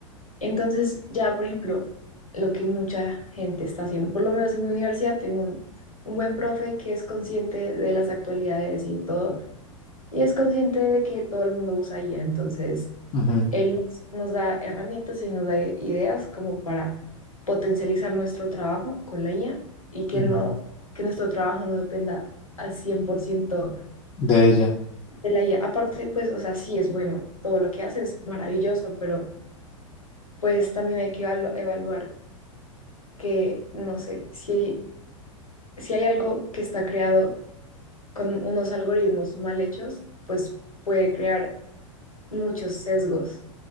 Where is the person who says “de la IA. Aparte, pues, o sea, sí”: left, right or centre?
Left